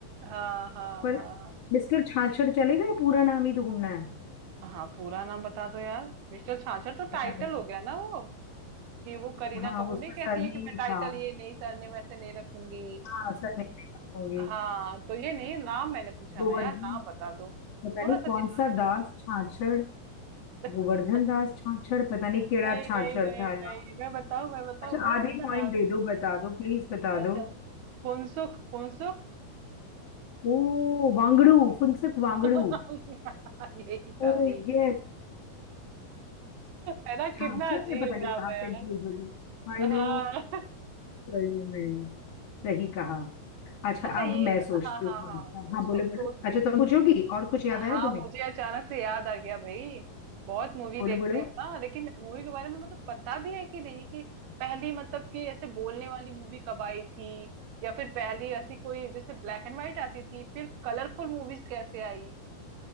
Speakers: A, on the right; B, on the left.
A: हाँ हाँ
B: पर
A: हाँ
B: मिस्टर छाछड़ चले गए पूरा नाम ही ढूंढना है
A: हाँ पूरा नाम बता दो यार मिस्टर छाछर तो टाइटल
B: पता नहीं
A: हो गया ना वो कि वो करीना
B: हाँ
A: कपूर
B: वो उसका
A: नहीं
B: सरनेम
A: कहती है कि मैं
B: ही
A: टाइटल
B: था
A: ये नहीं सरनेम ऐसे नहीं रखूंगी
B: हाँ सरनेम होंगे
A: हाँ तो ये नहीं नाम मैंने पूछा
B: गोवर्धन
A: ना यार नाम बता दो
B: पता
A: थोड़ा
B: नहीं
A: सा
B: कौन
A: जिला
B: सा दास छाछड़
A: <laughs>
B: गोवर्धन दास छाछड़ पता नहीं केड़ा
A: नहीं
B: छाछड़
A: नहीं नहीं
B: था यार
A: नहीं मैं बताऊं मैं बताऊं
B: अच्छा
A: बड़ा
B: आधे
A: अच्छा
B: पॉइंट
A: नाम
B: दे दो बता दो प्लीज बता
A: था। अच्छा
B: दो
A: फुनसुख फुनसुख
B: ओ वांगड़ू फुनसुक वांगड़ू
A: <laughs> यही
B: ओ
A: था यही
B: यस
A: है ना
B: छाछड़
A: कितना अजीब
B: में पता नहीं
A: नाम
B: कहाँ
A: है यार
B: कंफ्यूज हो गई आई
A: हाँ
B: नो सही में
A: हम्म।
B: सही कहा अच्छा
A: अच्छा
B: अब
A: ये
B: मैं सोचती
A: हाँ हाँ
B: हूँ थोड़ा
A: हाँ
B: सा हाँ
A: सो,
B: बोलो बोलो
A: सोच
B: अच्छा
A: के
B: तुम पूछोगी और कुछ याद
A: हाँ
B: आया तुम्हें
A: मुझे अचानक से याद आ गया भाई बहुत मूवी
B: बोलो
A: देखते
B: बोलो
A: हैं हम ना लेकिन मूवी के बारे में मतलब पता भी है कि नहीं कि पहली मतलब कि ऐसे बोलने वाली मूवी कब आई थी या फिर पहली ऐसी कोई जैसे ब्लैक एंड व्हाइट आती थी फिर कलरफुल मूवीज कैसे आई